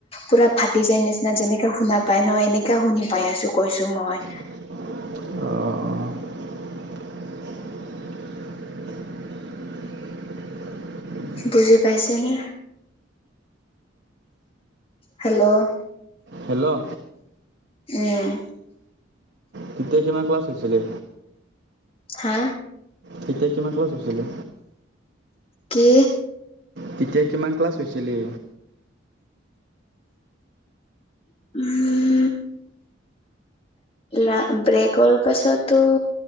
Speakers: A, on the left (about 30°); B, on the right (about 60°).
A: পুৰা ফাটি যায় নিচিনা যেনেকা শুনা পাই নহ এনেকা শুনি পাই আছো কৈছো মই।
B: অ
A: বুজি পাইছেনে? হেল্ল'
B: হেল্ল'
A: উম
B: তেতিয়া কিমান ক্লাছ হৈছিলে?
A: হা?
B: তেতিয়া কিমান ক্লাছ হৈছিলে?
A: কি?
B: তেতিয়া কিমান ক্লাছ হৈছিলি?
A: উম লা ব্ৰেকৰ পাছতো